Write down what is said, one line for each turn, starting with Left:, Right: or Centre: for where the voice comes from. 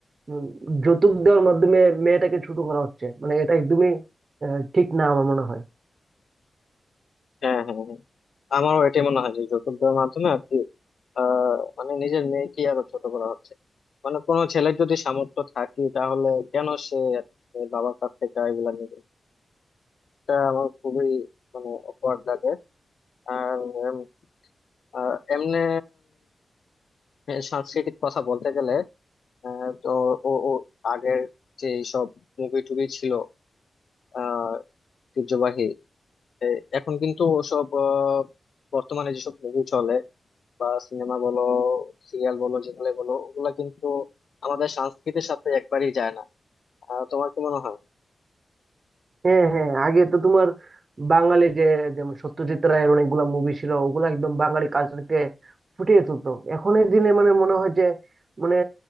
Right: উম, যৌতুক দেওয়ার মাধ্যমে মেয়েটাকে ছোট করা হচ্ছে মানে এটা একদমই আহ, ঠিক না আমার মনে হয়
Left: হ্যাঁ হ্যাঁ হ্যাঁ। আমারও এটাই মনে হয় যে যৌতুকের মাধ্যমে আর কি আহ, মানে নিজের মেয়েকে আরো ছোট করা হচ্ছে মানে কোনো ছেলের যদি সামর্থ্য থাকে তাহলে কেন সে আর কি তার বাবার কাছ থেকে এগুলা নেবে এটা আমার খুবই মানে অকওয়ার্ড লাগে আর উম, আহ, এমনে উম, সাংস্কৃতিক কথা বলতে গেলে আহ, তো ও ও আগের যে সব মুভি টুভি ছিল আহ ঐতিহ্যবাহী এ- এখন কিন্তু ওসব আহ, বর্তমানে যেসব মুভি চলে বা সিনেমা বলো সিরিয়াল বলো যেগুলো বলো ওগুলা কিন্তু আমাদের সংস্কৃতির সাথে একবারই যায় না আহ, তোমার কি মনে হয়
Right: হ্যাঁ হ্যাঁ আগে তো তোমার বাঙালি যে যেমন সত্যজিৎ রায়ের অনেকগুলা মুভি ছিল ওগুলো একদম বাঙালি কালচারকে ফুটিয়ে তুলতো এখনের দিনে মানে মনে হয় যে মানে